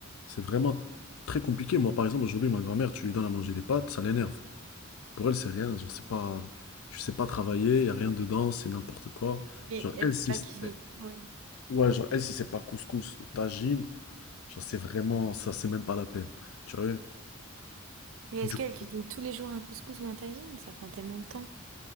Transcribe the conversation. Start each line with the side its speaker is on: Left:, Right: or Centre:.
Left: c'est vraiment très compliqué. Moi, par exemple, aujourd'hui, ma grand-mère, tu lui donnes à manger des pâtes, ça l'énerve. Pour elle, c'est rien. Genre, c'est pas, tu sais pas travailler, il y a rien dedans, c'est n'importe quoi.
Right: Mais
Left: Genre,
Right: elle
Left: elle, si-
Right: peut pas cuisiner. Ouais.
Left: Ouais, genre, elle, si c'est pas couscous ou tagine, genre, c'est vraiment, ça, c'est même pas la peine. Tu vois?
Right: Mais est-ce
Left: Du
Right: qu'elle
Left: coup,
Right: cuisine tous les jours un couscous ou un tagine? Ça prend tellement de temps.